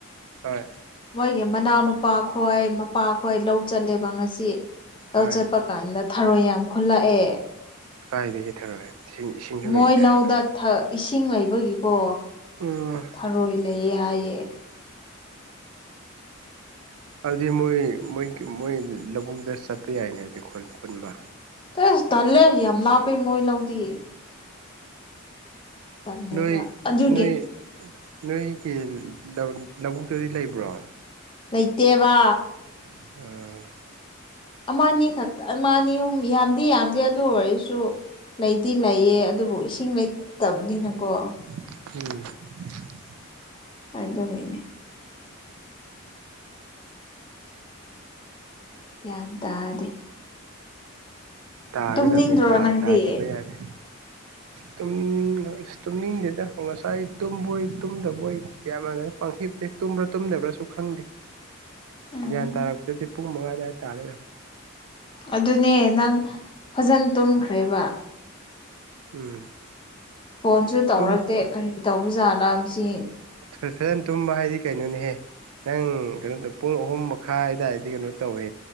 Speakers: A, on the right; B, on the left.
A: ꯍꯣꯏ
B: ꯃꯣꯏꯒꯤ ꯃꯅꯥꯎꯅꯨꯄꯥꯈꯣꯏ ꯃꯄꯥ ꯈꯣꯏ ꯂꯧ ꯆꯠꯂꯦꯕ ꯉꯁꯤ ꯂꯧ
A: ꯍꯣꯏ
B: ꯆꯠꯄ ꯀꯥꯟꯗ ꯊꯔꯣꯏ ꯌꯥꯝ ꯈꯨꯨꯂꯛꯑꯦ
A: ꯀꯥꯏꯗꯒꯤ ꯊꯔꯣꯏ ꯏꯁꯤꯡ ꯏꯁꯤꯡꯁꯨ
B: ꯃꯣꯏ
A: ꯂꯩꯇꯦ ꯍꯥꯏꯔꯒ
B: ꯂꯧꯗ ꯊ ꯏꯁꯤꯡ ꯂꯩꯕꯒꯤꯀꯣ
A: ꯎꯝ
B: ꯊꯔꯣꯏ ꯂꯩꯌꯦ ꯍꯥꯏꯌꯦ
A: ꯑꯗꯤ ꯃꯣꯏ ꯃꯣꯏ ꯃꯣꯏ ꯂꯧꯕꯨꯛꯗ ꯆꯠꯄ ꯌꯥꯏꯅꯦ ꯑꯈꯣꯏ ꯈꯨꯟꯕ
B: <unintelligible> ꯇꯂꯦ ꯌꯥꯝ ꯂꯥꯞꯄꯦ ꯃꯣꯏ ꯂꯧꯗꯤ ꯇꯜꯂꯦꯕ
A: ꯅꯣꯏ
B: ꯑꯗꯨꯒꯤ
A: ꯅꯣꯏ ꯅꯣꯏꯒꯤ <unintelligible> ꯂꯧꯕꯨꯛꯇꯗꯤ ꯂꯩꯕ꯭ꯔꯣ
B: ꯂꯩꯇꯦꯕ
A: <unintelligible>
B: ꯑꯃ ꯑꯅꯤ ꯈꯛꯇ ꯑꯃ ꯑꯅꯤ ꯑꯍꯨꯝ ꯌꯥꯝꯗꯤ ꯌꯥꯝꯗꯦ ꯑꯗꯨ ꯑꯣꯏꯔꯁꯨ ꯂꯩꯗꯤ ꯂꯩꯌꯦ ꯑꯗꯨꯕꯨ ꯏꯁꯤꯡ ꯂꯩꯇꯕꯅꯤꯅꯀꯣ
A: <unintelligible>
B: ꯑꯗꯨꯒꯤꯅꯦ ꯒ꯭ꯌꯥꯟ ꯇꯥꯗꯦ
A: ꯇꯥꯒꯗꯕꯅꯤ
B: ꯇꯨꯝꯅꯤꯡꯗ꯭ꯔꯣ
A: ꯇꯥ
B: ꯅꯪꯗꯤ
A: ꯇꯥꯗꯕ ꯌꯥꯗꯦ ꯇꯨꯝꯅꯤꯡ ꯑꯁ ꯇꯨꯝꯅꯤꯡꯗꯦꯗ ꯉꯁꯥꯏ ꯇꯨꯝꯕꯣꯏ ꯇꯨꯝꯗꯕꯣꯏ ꯒ꯭ꯌꯥ ꯃꯥꯟ ꯄꯪꯍꯤꯞꯇ ꯍꯤꯞ ꯇꯨꯝꯕ꯭ꯔꯥ ꯇꯨꯝꯗꯕ꯭ꯔꯥꯁꯨ ꯈꯪꯗꯦ
B: ꯎꯝ
A: ꯒ꯭ꯌꯥꯟ ꯇꯥꯔꯛꯄꯗꯗꯤ ꯄꯨꯡ ꯃꯉꯥ ꯑꯗꯥꯏ ꯇꯥ ꯂꯩꯔꯝ
B: ꯑꯗꯨꯅꯦ ꯅꯪ ꯐꯖꯟ ꯇꯨꯝꯈ꯭ꯔꯦꯕ
A: ꯎꯝ
B: ꯐꯣꯟꯁꯨ ꯇꯧꯔꯛꯇꯦ
A: ꯇꯨꯝ
B: ꯀꯔꯤ ꯇꯧꯕ ꯖꯥꯠꯂ ꯃꯁꯤ
A: ꯐꯖꯟ ꯇꯨꯝꯕ ꯍꯥꯏꯗꯤ ꯀꯩꯅꯣꯅꯦꯍꯦ ꯅꯪ ꯀꯩꯅꯣ ꯄꯨꯡ ꯑꯍꯨꯝ ꯃꯈꯥꯏ ꯗꯥꯏꯗ ꯀꯩꯅꯣ ꯇꯧꯋꯦ